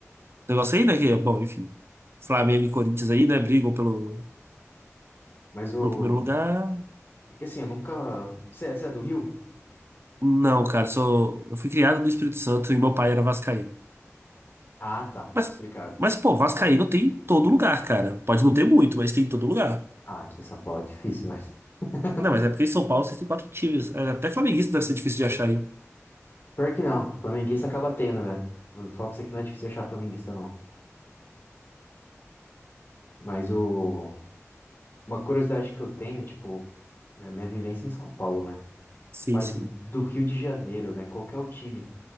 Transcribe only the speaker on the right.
negócio aí, né? Que, bom, enfim. Flamengo e Corinthians aí, né? Brigam pelo,
pelo primeiro lugar.
Não, cara, sou. Eu fui criado no Espírito Santo e meu pai era vascaíno.
Mas,
mas pô, vascaíno tem em todo lugar, cara. Pode não ter muito, mas tem em todo lugar.
Não, mas é porque em São Paulo você tem quatro times. É, Até flamenguista deve ser difícil de achar, hein?
Sim,
sim.